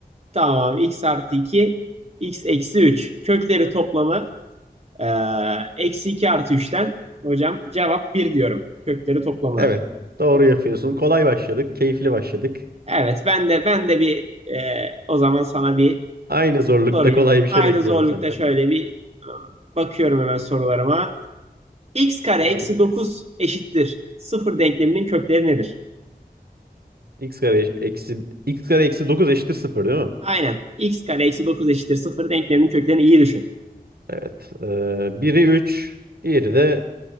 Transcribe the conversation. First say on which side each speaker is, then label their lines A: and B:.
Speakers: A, on the right; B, on the right.
A: Tamam. X artı 2, X eksi 3. Kökleri toplamı e, eksi 2 artı üçten. Hocam cevap bir diyorum. Kökleri toplamına.
B: Evet. Doğru yapıyorsun. Kolay başladık. Keyifli başladık.
A: Evet ben de ben de bir e, o zaman sana bir
B: Aynı zorlukta
A: sorayım.
B: kolay bir
A: Aynı
B: şey bekliyorum
A: zorlukta
B: senden.
A: şöyle bir e, bakıyorum hemen sorularıma. X kare
B: Yolla
A: eksi 9
B: gelsin.
A: eşittir. sıfır denkleminin kökleri nedir?
B: x kare eş- eksi x kare eksi 9 eşittir 0 değil mi?
A: Aynen. X kare eksi 9 eşittir sıfır denkleminin köklerini iyi düşün.
B: Evet. Ee, biri 3, diğeri de